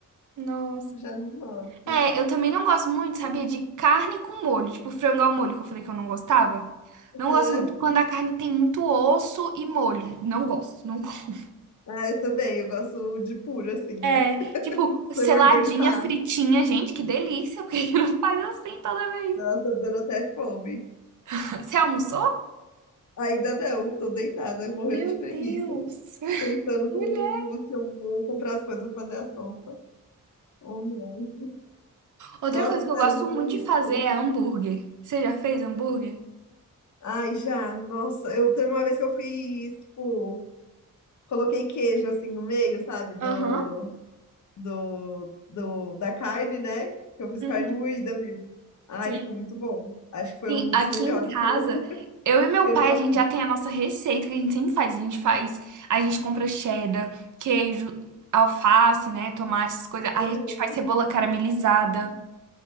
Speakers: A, on the right (about 65°); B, on the left (about 60°).
A: Nossa.
B: já não gosto.
A: É, eu também não gosto muito, sabia? De carne com molho. Tipo, frango ao molho, que eu falei que eu não gostava.
B: É.
A: Não gosto muito. Quando a carne tem muito osso e molho. Não gosto. Não... gosto.
B: Ah, eu também, eu gosto de puro, assim, né?
A: É, tipo,
B: Se
A: seladinha,
B: eu morder em pá,
A: fritinha. Gente, que delícia. Por que que não faz assim toda vez?
B: nossa, tá me dando até fome.
A: <laughs> Você almoçou?
B: Ainda não, tô deitada, morrendo
A: Meu
B: de preguiça,
A: Deus. <laughs>
B: pensando se eu, se eu vou comprar as coisas pra fazer a sopa ou não.
A: Outra
B: Nossa,
A: coisa que
B: sério,
A: eu gosto
B: mas faz
A: muito
B: muito
A: de fazer
B: tempo.
A: é hambúrguer. Você já fez hambúrguer?
B: Ai, já, nossa, eu teve uma vez que eu fiz, tipo, coloquei queijo assim no meio, sabe, do,
A: Aham.
B: do, do da carne, né? Que eu fiz
A: Uhum.
B: carne moída mesmo. Ai,
A: Sim.
B: ficou muito bom. Acho que foi
A: Sim,
B: um
A: aqui
B: dos melhores
A: em casa,
B: que eu
A: eu e meu
B: que
A: pai,
B: eu já
A: a gente
B: fiz.
A: já tem a nossa receita que a gente sempre faz. A gente faz, a gente compra cheddar, queijo, alface, né, tomate, essas coisas.
B: né.
A: Aí a gente faz cebola caramelizada.